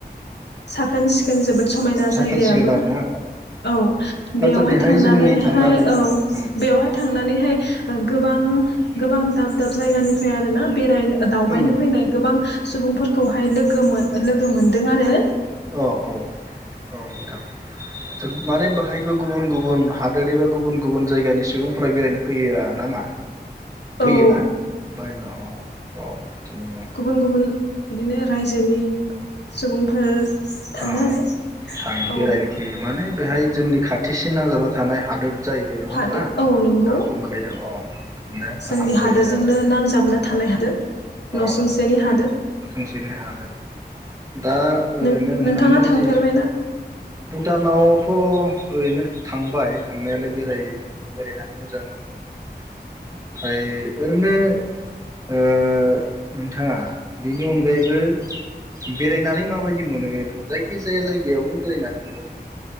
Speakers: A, on the left; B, on the right.
A: साखोन सि जों जोबोद समायना
B: साखोन
A: जायगायाबो
B: सिखोन आरोना
A: औ
B: आदसा
A: बेयावहाय
B: बेहाय
A: थांनानै
B: जोंनि थांनानै
A: हाय औ
B: उम
A: बेवहाय थांनानैहाय ओ गोबां गोबां दाब दाब जायगानिफ्राय आरोना बेरायनो दावबायनो
B: उम
A: फैनाय गोबां सुबुंफोरखौहाय लोगो मोन लोगो मोनदों आरो।
B: अ औ औ नोंथां आतसा माने बाहाय फोर गुबुन गुबुन हादोर एबा गुबुन गुबुन जायगानि सुबुंफोरा बेरायनो फैया नामा? फैयोना
A: औ
B: बायबो औ औ थिगानो दं।
A: गुबुन गुबुन बिदिनो रायजोनि सुबुंफोर थाङो
B: औ
A: आरो
B: थांङो
A: औ
B: बेरायनो फैयो माने बेहाय
A: औ
B: जोंनि खाथिसि <unintelligible> नांजाबा थानाय हादोर जाहैबाय नंङा
A: हादोर
B: होमबा?
A: औ नंगौ
B: दा अंखायनो औ थांना
A: जोंनि
B: गाहाम
A: हादोरजोंनो
B: जायो आरो
A: नांजाबना थानाय
B: औ
A: हादोर नसुंसेनि
B: औ औ
A: हादोर
B: नसुंसेनि हादोर दा ओरैनो
A: यै
B: नोंथांनि
A: नोंथांङा थांफेरबायना?
B: जि भुटानावथ' ओरैनो थांबाय थांनायालाय बेरायनो बेरायनानै मोजां मोनो ओमफ्राय ओरैनो ओ नोंथांङा बेनि अनगायैबो बेरायनानै माबाय दि मोनो जायखि जाया जायगायावनो बेरायनानै माबायदि मोन